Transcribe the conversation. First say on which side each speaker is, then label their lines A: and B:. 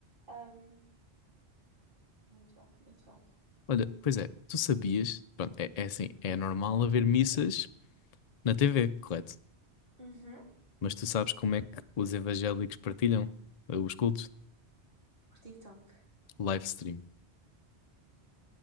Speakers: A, on the right; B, on the left.
A: Um, muito bom, muito bom.
B: Olha, pois é, tu sabias, pronto, é, é assim, é normal haver missas na TV, correto?
A: Uhum,
B: Mas tu sabes como é que os evangélicos partilham eh, os cultos?
A: por TikTok.
B: Live stream.